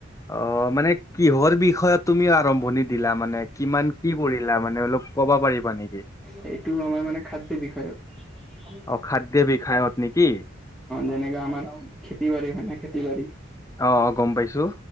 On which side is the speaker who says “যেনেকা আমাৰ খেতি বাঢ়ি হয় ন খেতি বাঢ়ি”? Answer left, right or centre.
Centre